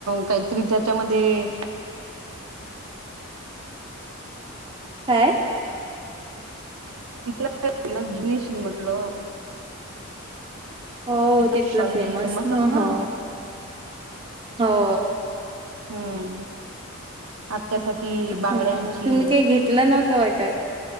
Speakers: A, on the right (about 80°); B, on the right (about 25°).
A: काहीतरी त्याच्यामध्ये
B: काय
A: तिथ का फेमस गिनीश म्हटल
B: हो
A: तिथं
B: तिथलं
A: शलगिमचस
B: फेमस
A: ना
B: हो हो
A: हम्म अ त्यासाठी बांगड्यांची
B: हा तुम्ही काही घेतलं नव्हतं वाटत